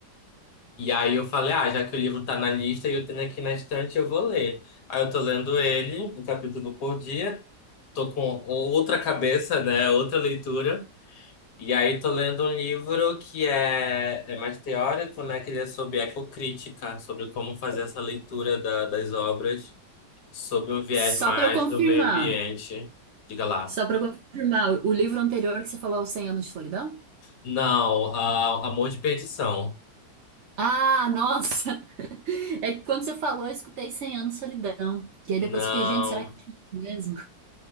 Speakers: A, on the left; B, on the right.
A: E aí eu falei, ah, já que o livro tá na lista e eu tenho aqui na estante, eu vou ler. Aí eu tô lendo ele, um capítulo por dia. Tô com outra cabeça, né? Outra leitura. E aí tô lendo um livro que é, é mais teórico, né? Que ele é sobre ecocrítica, sobre como fazer essa leitura da- das obras sob um viés
B: Só
A: mais
B: para eu confirmar,
A: do meio ambiente. Diga lá.
B: só para eu confirmar, o livro anterior que você falou, é o Cem Anos de Solidão?
A: Não, a Amor de Perdição.
B: Ah, nossa! <laughs> É que quando você falou, eu escutei Cem Anos de Solidão. E aí
A: Não,
B: depois eu fiquei, gente, será que foi isso mesmo?